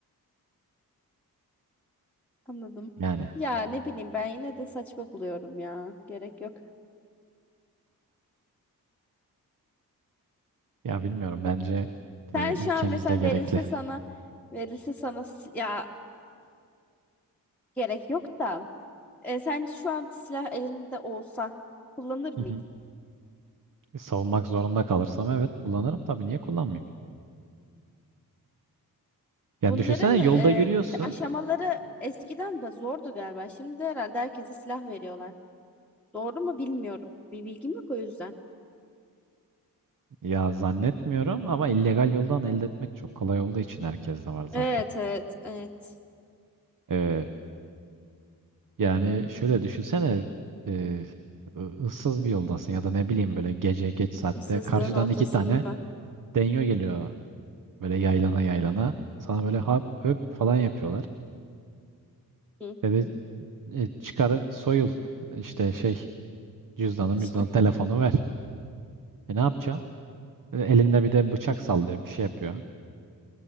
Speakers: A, in the centre; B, on the right.
A: anladım.
B: Yani
A: Ya ne bileyim ben yine de saçma buluyorum ya. Gerek yok.
B: ya bilmiyorum bence e,
A: Sen
B: ülkemizde
A: şu an mesela
B: gerekli.
A: verilse sana verilse sana si- ya gerek yok da e, sence şu an silah elinde olsa kullanır mıydın?
B: Hı hı. E, Savunmak zorunda kalırsam evet kullanırım tabii niye kullanmayayım? Yani
A: Bunların
B: düşünsene yolda
A: e,
B: yürüyorsun.
A: te- aşamaları eskiden de zordu galiba. Şimdi herhalde herkese silah veriyorlar. Doğru mu bilmiyorum. Bir bilgim yok o yüzden.
B: Ya zannetmiyorum ama illegal yoldan elde etmek çok kolay olduğu için herkes de var zaten.
A: Evet, evet, evet.
B: E, Yani şöyle düşünsene e, ı- ıssız bir yoldasın ya da ne bileyim böyle gece geç saatte
A: Issızlığın
B: karşıdan
A: ortasında.
B: iki tane denyo geliyor böyle yaylana yaylana sana böyle hap höp falan yapıyorlar.
A: Hı.
B: Dedi e, çıkar soyul işte şey cüzdanı
A: Soy.
B: müzdanı telefonu ver. E ne yapacaksın? E, elinde bir de bıçak sallıyor bir şey yapıyor.